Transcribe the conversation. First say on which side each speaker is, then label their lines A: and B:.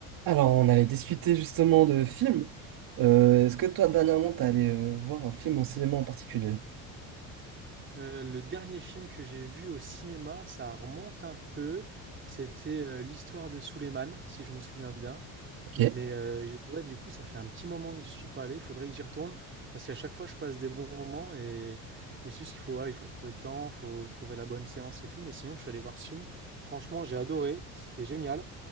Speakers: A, on the right; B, on the right.
A: Alors, on allait discuter justement de films. Euh, est-ce que toi, dernièrement, t'es allé euh, voir un film en cinéma en particulier?
B: Euh, le dernier film que j'ai vu au cinéma, ça remonte un peu. C'était euh, l'histoire de Souleymane, si je me souviens bien.
A: Ok.
B: Mais euh, j'ai- ouais, du coup, ça fait un petit moment que j'y suis pas allé. Il faudrait que j'y retourne parce qu'à chaque fois, je passe des bons moments. Et... Mais c'est juste qu'il faut, voilà, il faut trouver le temps, il faut trouver la bonne séance et tout. Mais sinon, je suis allé voir ce film. Franchement, j'ai adoré. C'était génial.